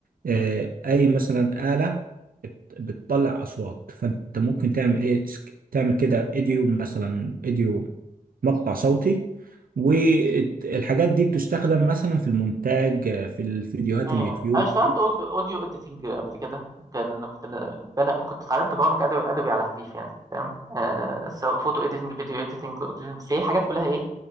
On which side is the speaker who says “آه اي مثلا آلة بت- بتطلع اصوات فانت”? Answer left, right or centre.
Right